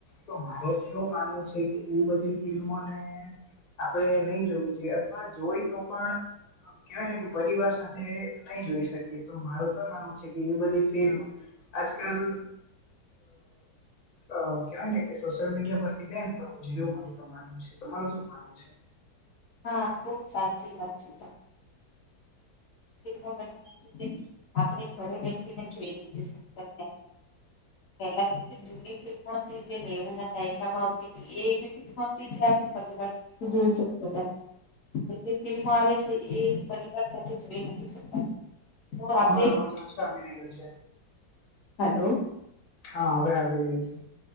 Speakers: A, on the left; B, on the left.
A: તો મારે એવું માનવું છે કે એ બધી ફિલ્મોને આપણેે નહી જોવી જોઈએ અથવા જોઈ તો પણ કેવાયને કે પરિવાર સાથે નહી જોઈ શકીએ તો મારું તો માનવું છે કે એ બધી ફિલ્મ આજકલ અઅ કવાય ને કે સોશિયલ મીડિયા પરથી બેન થવું જોઈએ એવું મારુ તો મા માનવું છે તમારું શું માનવું છે
B: હા ખુબ સાચી વાત છે <inaudible> આપણે ઘરે બેસીને જોઈ નથીકતા પહેલા. જે મુવી નેવુ ના દાયકામાં આવતી હતી એવી ફિલ્મો હતી જે આપ પરિર બ શ જે ફિલ્મો આવે છે એ પરિવાર સાથે જોઈ નથી શકાય. તો આપે.
A: તમારો અવાજ ઓછો આવી રહ્યો છે
B: હેલો.
A: હા હવે આવી રહ્યા છે.